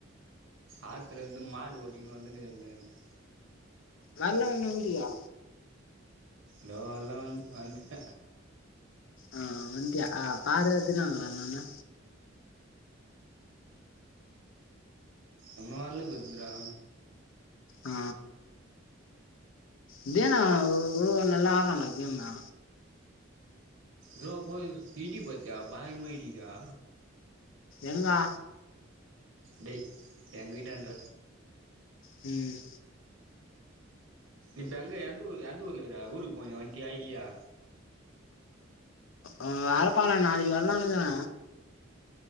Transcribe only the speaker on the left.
நல்ல ஒண்ணு வீடியா
ஆ வன்டியா பாரு எத்தின வாங்குறாங்கன்னு
ஆ இதே ஒ ஓ நல்லா ஆட்ரான கேமு
எங்கா
ம்
ஆ ஆரப்பற நாளைக்கு வரலானுக்கிற